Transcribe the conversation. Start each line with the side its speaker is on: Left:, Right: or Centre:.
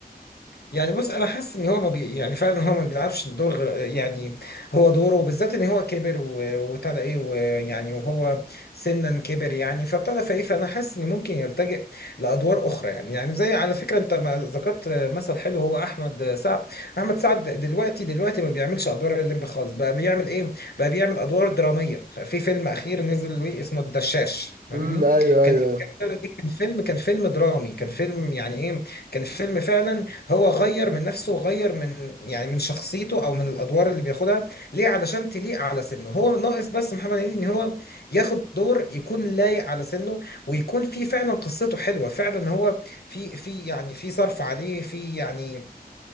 Left: يعني بص انا حاسس ان هو ما بي يعني فعلا هو ما بيلعبش الدور غير يعني هو دوره بالذات ان هو كبر و- وابتدى ايه ويعني وهو سنا كبر يعني فابتدى فايه فانا حاسس ان ممكن يلتجئ لادوار اخرى يعني يعني زي على فكره انت ما ذكرت مثل حلو هو احمد سعد احمد سعد دلوقتي دلوقتي ما بيعملش ادوار الليمبي خالص بقى بيعمل ايه بقى بيعمل ادوار دراميه في فيلم اخير نزل له اسمه الدشاش فاهمني
Right: امم ايوه
Left: كان
Right: ايوه
Left: كان كان فيلم كان فيلم درامي كان فيلم يعني ايه كان فيلم فعلا هو غير من نفسه وغير من يعني من شخصيته او من الادوار اللي بياخدها ليه علشان تليق على سنه هو ناقص بس محمد هنيدي ان هو ياخد دور يكون لايق على سنه ويكون فيه فعلا قصته حلوه فعلا هو في في يعني في صرف عليه في يعني